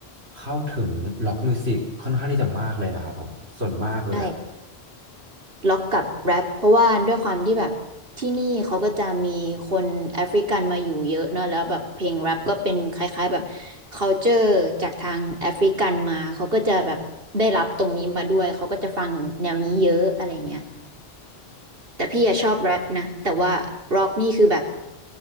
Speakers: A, on the right; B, on the right.
A: เข้าถึงล็อกมิวสิกค่อนข้างที่จะมากเลยนะครับผมส่วนมากเลยอะ
B: ใช่ล็อกกับแรปเพราะว่าด้วยความที่แบบที่นี่เขาก็จะมีคนแอฟริกันมาอยู่เยอะเนอะแล้วแบบเพลงแรปก็เป็นคล้ายๆแบบ culture จากทางแอฟริกันมาเขาก็จะแบบได้รับตรงนี้มาด้วยเขาก็จะฟังแนวนี้เยอะอะไรเงี้ย แต่พี่อะชอบแรปนะแต่ว่าร็อกนี่คือแบบ